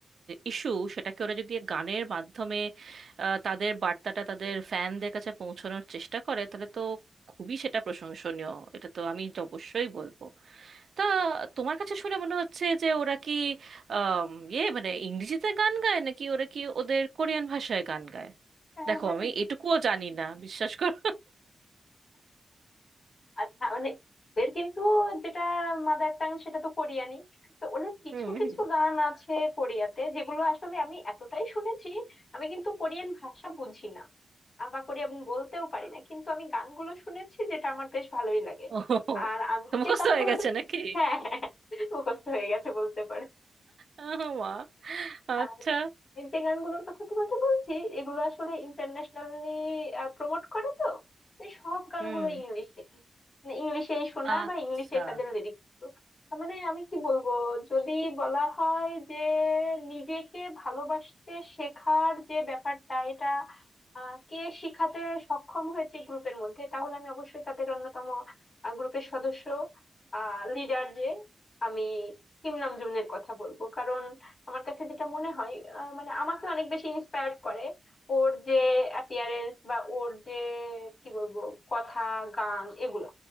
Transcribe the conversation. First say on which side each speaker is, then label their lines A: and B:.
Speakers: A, on the right; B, on the left.
A: ইস্যু সেটাকে ওরা যদি গানের মাধ্যমে আহ, তাদের বার্তাটা তাদের ফ্যানদের কাছে পৌঁছানোর চেষ্টা করে তাহলে তো খুবই সেটা প্রশংসনীয় এটা তো আমি তো অবশ্যই বলবো তা তোমার কাছে শুনে মনে হচ্ছে যে ওরা কি আম, ইয়ে মানে ইংরেজিতে গান গায় নাকি ওরা কি ওদের কোরিয়ান ভাষায় গান গায়
B: আহ,
A: দেখো
B: মানে
A: আমি এটুকুও জানি না বিশ্বাস করো
B: আচ্ছা মানে এদের কিন্তু যেটা মাদার টাং সেটা তো কোরিয়ানি তো ওনার কিছু
A: হুম
B: কিছু
A: হুম।
B: গান আছে কোরিয়াতে যেগুলো আসলে আমি এতটাই শুনেছি আমি কিন্তু কোরিয়ান ভাষা বুঝি না আহ, বা কোরিয়ান বলতেও পারি না কিন্তু আমি গানগুলো শুনেছি যেটা আমার বেশ ভালোই লাগে
A: ও
B: আর আমি
A: মুখস্থ
B: যে গানগুলো
A: হয়ে গেছে নাকি
B: হ্যাঁ হ্যাঁ, হ্যাঁ, মুখস্থ হয়ে গেছে বলতে পারো
A: ও মা
B: আর
A: আচ্ছা
B: আমি যে গানগুলোর কথা তোমাকে বলছি এগুলো আসলে ইন্টারন্যাশনালি প্রমোট করে তো তাই সব গানগুলো
A: হুম
B: ইংলিশে মানে ইংলিশেই শোনা
A: আচ্ছা
B: বা ইংলিশে তাদের লিরিক্স মানে আমি কি বলবো যদি বলা হয় যে নিজেকে ভালোবাসতে শেখার যে ব্যাপারটা এটা আহ, কে শিখাতে সক্ষম হয়েছে গ্রুপের মধ্যে তাহলে আমি অবশ্যই তাদের অন্যতম গ্রুপের সদস্য লিডার যে আমি কিম নামজুনের কথা বলবো কারণ আমার কাছে যেটা মনে হয় আহ, মানে আমাকে অনেক বেশি ইন্সপায়ার্ড করে ওর যে অ্যাপিয়ারেন্স বা ওর যে কি বলবো কথা গান এগুলা